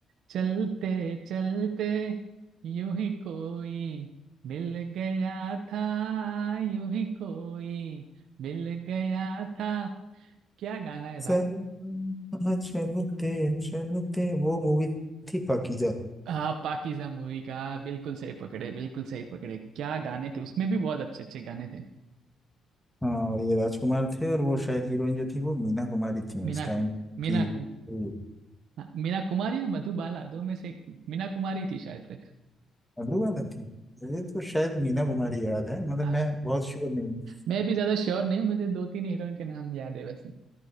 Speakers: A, on the right; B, in the centre.
A: चलते चलते यूं ही कोई मिल गया था यूं ही कोई मिल गया था क्या गाना है
B: सनम चलते चलते वो मूवी थी पाकीजा
A: हाँ पाकीज़ा मूवी का हाँ, बिल्कुल सही पकड़े बिल्कुल सही पकड़े क्या गाने थे उसमें भी बहुत अच्छे अच्छे गाने थे
B: हाँ और ये राजकुमार थे और वो शायद हीरोइन जो थी वो मीना कुमारी थी उस
A: मीना
B: टाइम
A: कुमार मीना
B: की हम्म,
A: हाँ, मीना कुमारी या मधुबाला दो में से एक थी मीना कुमारी थी शायद तक
B: अब्रू वाला थी मुझे तो शायद मीना कुमारी याद है मतलब
A: हाँ,
B: मैं बहुत श्योर नहीं हूँ।
A: मैं भी ज्यादा श्योर नहीं हूँ मुझे दो तीन हीरोइन के नाम याद है वैसे